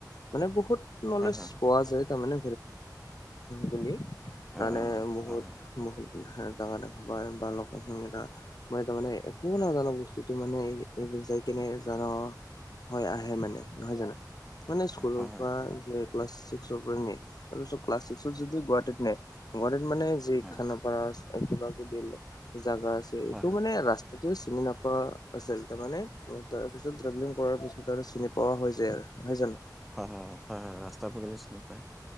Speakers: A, on the left; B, in the centre.
A: মানে বহুত নলেজ
B: হয়
A: পোৱা যায় তাৰানে ঘৰি <unintelligible> ত
B: হয়
A: তানে বহুত
B: হয় হয়
A: বহুত জোগা দেখা পায় বা ল কেইটা। মই তাৰ মানে একো নাজানো, বস্তুতটো মানে য কেনে জান হয় আহে মানে নহয় জানো? মানে স্কুলৰ
B: হয় হয় হয় হয়
A: পৰা যে ক্লা চিক্সৰ পৰা নি তাৰপিছত ক্লাছস যদি গুৱাহাটীত নাই গুৱাহাটীত মানে য
B: হয়
A: খানাপাৰা কিবা কিবি। জোগা আছে এইটো
B: হয় হয় অ
A: মানে ৰাস্তাটো চিনি নোপোৱা আছিল তাৰমানে। তাৰ পিছত তেভেলিং কৰাৰ পিছত আৰু চিনি পোৱা হৈ যায় আৰু নহয় জানো।
B: হয় হয় হয় হয় হয় ৰাস্তা পদুলি চিনি পায়।